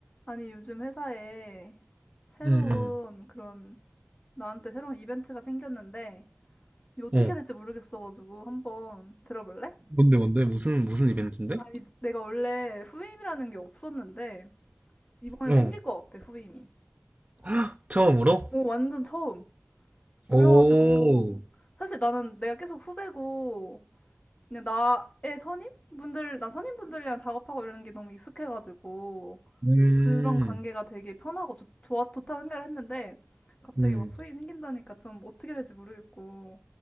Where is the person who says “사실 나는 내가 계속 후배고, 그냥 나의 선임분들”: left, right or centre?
Left